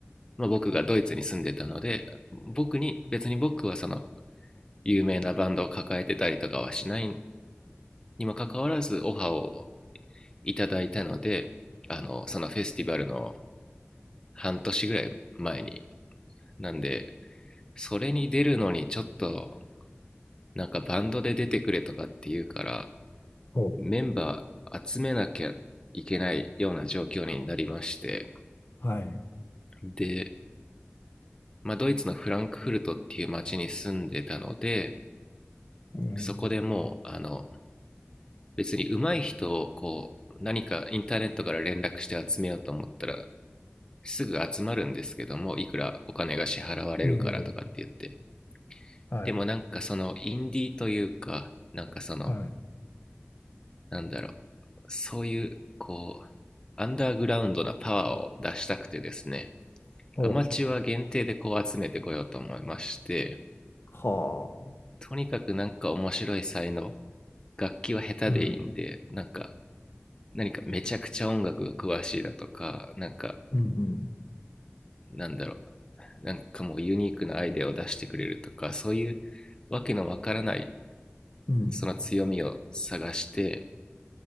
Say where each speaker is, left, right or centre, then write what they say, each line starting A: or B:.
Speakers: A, on the left (about 20°); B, on the left (about 60°).
A: まあ、僕がドイツに住んでたので、僕に、別に僕はその、有名なバンドを抱えてたりとかはしないにもかかわらず、オファーをいただいたので、あの、そのフェスティバルの半年ぐらい前に、なんで、それに出るのにちょっとなんかバンドで出てくれとかって言うから
B: ほ
A: メンバー集めなきゃいけないような状況になりまして
B: うはい、
A: で、まあ、ドイツのフランクフルトっていう町に住んでたので
B: うん、
A: そこでもうあの別に上手い人をこう何かインターネットから連絡して集めようと思ったらすぐ集まるんですけどもいくらお金が支払われるからとかって言って
B: ええはい
A: でもなんかそのインディーというかなんかその
B: はい
A: なんだろうそういう、こう、アンダーグラウンドなパワーを出したくてですね、
B: おう、
A: アマチュア限定でこう集めてこようと思いまして、
B: はあ。
A: とにかくなんか面白い才能、楽器は下手でいいんで、
B: うん。
A: なんか、何かめちゃくちゃ音楽が詳しいだとか、なんか、
B: うん、
A: なんだろう、なんかもうユニークなアイデアを出してくれるとか、そういうわけのわからない、
B: うん、うん。
A: その強みを探して、